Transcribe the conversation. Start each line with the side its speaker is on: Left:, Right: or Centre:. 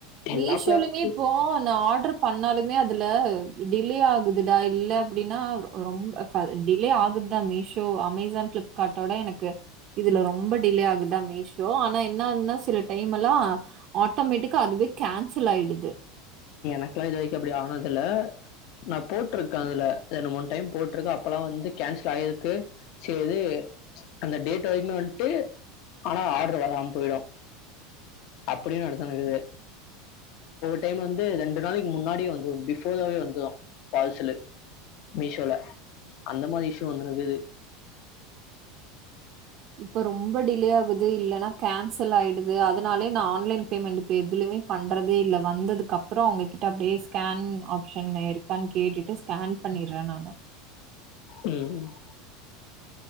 Left: எல்லா
Right: மீஷோலயுமே
Left: பிளாட்டும்
Right: இப்போ நான் ஆட்ரு பண்ணாலுமே அதுல டிலே ஆகுதுடா இல்ல எப்டின்னா ரொம்ப டிலே ஆகுதுதான் மீஷோ அமேசான் பிளிப்கார்ட்டோட எனக்கு இதுல ரொம்ப டிலே ஆகுதா மீஷோ ஆனா என்ன ஆகுதுன்னா சில டைம் மெலாம் ஆட்டோமேட்டிக்கா அதுவே கேன்சல் ஆயிடுது
Left: எனக்லா இதுவரைக்கும் அப்டி ஆனதுல நான் போட்ருக்கே அதுல ரெண்டு மூணு டைம் போட்ருக்கே அப்பல்லாம் வந்து கேன்சல் ஆய்ருக்கு செரி அந்த டேட் வாங்கினு வந்ட்டு ஆனா ஆட்ரு வராம போய்டும் அப்டியூ எடுத்துனுக்குது டைம்ல வந்து ரெண்டு நாளைக்கு முன்னாடியே வந்துரு பிபோர் ராவே வந்துது பாச்சலு மீஷோல அந்த மாறி இஷயு வந்துனுக்குது
Right: இப்ப ரொம்ப டிலே ஆகுது இல்லன்னா கேன்சல் ஆயிடுது அதனாலே நான் ஆன்லைன் பேமெண்ட் இப்ப எதுலுமே பண்றதே இல்லை வந்ததுக்கு அப்றம் அவங்ககிட்ட அப்டியே ஸ்கேன் ஆப்ஷன் இருக்கான்னு கேட்டுட்டு ஸ்கேன் பண்ணிறோ நானு
Left: ம்